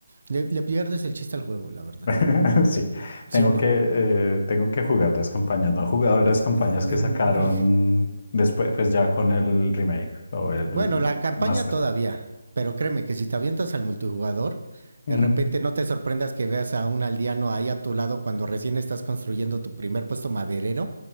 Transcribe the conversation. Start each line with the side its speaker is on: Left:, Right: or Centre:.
Right: le, le pierdes el chiste al juego, la verdad.
Left: <laughs> Sí,
Right: ¿Sí
Left: tengo
Right: o no?
Left: que, eh, tengo que jugar las campañas. No he jugado
Right: <laughs>
Left: las campañas que sacaron después, pues ya con el remake o el
Right: Bueno, la campaña
Left: master.
Right: todavía, pero créeme que si te avientas al multijugador,
Left: Ujú.
Right: de repente no te sorprendas que veas a un aldeano ahí a tu lado cuando recién estás construyendo tu primer puesto maderero